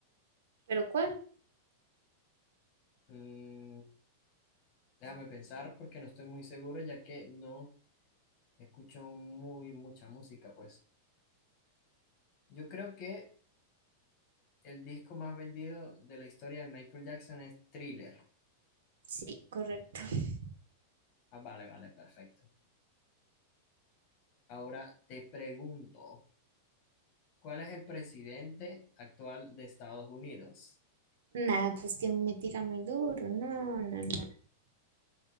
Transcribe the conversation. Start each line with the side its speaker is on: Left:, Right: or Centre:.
Right: ¿Pero cuál?
Left: Mm, Déjame pensar porque no estoy muy seguro ya que no escucho muy mucha música, pues. Yo creo que el disco más vendido de la historia de Michael Jackson es Thriller.
Right: Sí, correcto. <laughs>
Left: Ah, vale, vale, perfecto. Ahora te pregunto, ¿cuál es el presidente actual de Estados Unidos?
Right: Nada, pues que me tira muy duro. No, no, no.